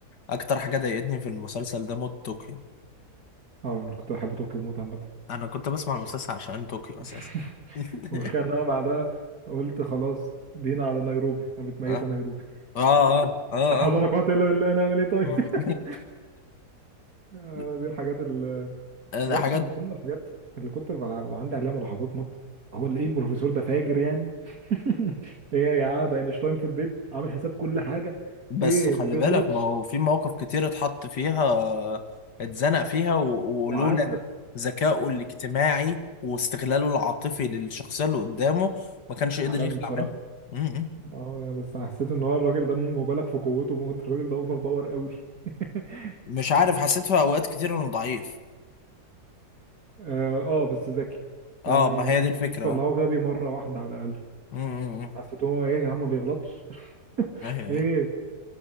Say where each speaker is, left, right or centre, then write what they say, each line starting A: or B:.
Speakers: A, on the left; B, on the right.
A: اكتر حاجة ضايقتني في المسلسل ده موت طوكيو
B: اه انا كنت بحب طوكيو موت عامه
A: انا كنت بسمع المسلسل عشان طوكيو
B: <laughs>
A: اساسا <laughs>
B: المشكله ان انا بعدها قلت خلاص بينا على نيروبي انا متميت
A: اه
B: على نيروبي
A: اه اه اه
B: لا حول
A: آه.
B: ولا قوه الا بالله نعمل ايه طيب
A: <laughs>
B: <laughs> انا
A: م.
B: دي الحاجات
A: ده
B: وبرضه
A: حاجات
B: كان ضمن الحاجات اللي كنت بع- عندي عليها ملاحظات موت هو اللي ايه البروفيسور ده فاجر يعني <laughs> ايه يا عاد اينشتاين في البيت عامل حساب كل حاجه
A: بس
B: ايه
A: خلي
B: ما بيغلطش
A: بالك ما هو في مواقف كتير اتحط فيها اتزنق فيها و-
B: وعدى
A: ولولا ذكائه الاجتماعي واستغلاله العاطفي للشخصية اللي قدامه ما كانش قدر
B: عالمي
A: يخلع
B: بصراحه
A: منها م- م.
B: اه يعني بس حسيت ان هو الراجل ده مبالغ في قوته موت الراجل ده اوفر باور قوي <laughs>
A: مش عارف حسيت في اوقات كتير انه ضعيف
B: اه آه، بس ذكي
A: اه
B: يعني
A: ما
B: ما
A: هي
B: حسيتوش
A: دي الفكرة
B: طلعوه
A: اه
B: غبي مره واحده على الاقل
A: م- م- م.
B: حسيتهم ايه يا جدعان ما بيغلطش <laughs>
A: ايوه
B: ايه
A: ايوه